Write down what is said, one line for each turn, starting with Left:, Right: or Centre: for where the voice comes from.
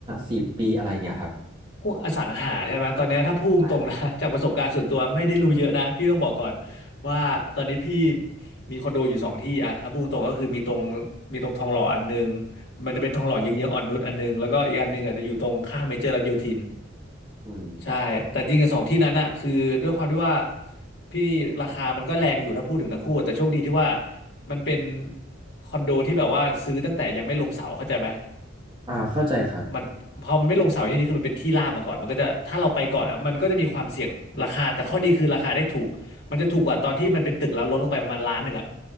Right: สี่ปีอะไรเงี้ยครับ
Left: พวกอสังหาใช่ไหมตอนเนี้ยถ้าพูดตรงนะ
Right: อ่า
Left: <laughs> จากประสบการณ์ส่วนตัวไม่ได้รู้เยอะนะพี่ต้องบอกก่อนว่าตอนนี้พี่มีคอนโดอยู่สองที่อะถ้าพูดตรงก็คือมีตรงมีตรงทองหล่ออันนึงมันจะเป็นทองหล่อเยื้องๆอ่อนนุชอันนึงแล้วก็อีกอันนึงอาจจะอยู่ตรงข้างเมเจอร์รัชโยธิน
Right: อืม
Left: ใช่แต่จริงกับสองที่นั้นอะคือด้วยความที่ว่าพี่ราคามันก็แรงอยู่ถ้าพูดถึงทั้งคู่แต่โชคดีที่ว่ามันเป็นคอนโดที่แบบว่าซื้อตั้งแต่ยังไม่ลงเสาเข้าใจไหม
Right: อ่าเข้าใจครับ
Left: มันพอมันไม่ลงเสาที่นี่คือมันเป็นที่ราบมาก่อนมันก็จะถ้าเราไปก่อนอ่ะมันก็จะมีความเสี่ยงราคาแต่ข้อดีคือราคาได้ถูกมันจะถูกกว่าตอนที่มันเป็นตึกแล้วลดลงไปประมาณล้านหนึ่งอ่ะ